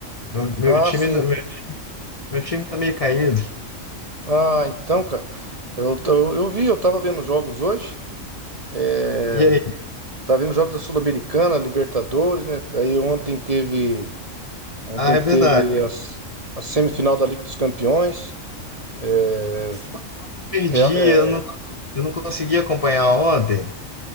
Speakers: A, on the left (about 30°); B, on the right (about 30°).
A: Meu, meu
B: Ah,
A: time,
B: sim.
A: meu, meu time tá meio caído.
B: Ah, então, cara. Eu, tô- eu vi, eu tava vendo jogos hoje. É,
A: E aí?
B: tava vendo jogos da Sul-Americana, Libertadores, né? Aí ontem teve. Ontem
A: Ah, é verdade.
B: teve as, a semifinal da Liga dos Campeões. É,
A: Eu Perdi,
B: Real- é,
A: eu não, eu não consegui acompanhar ontem.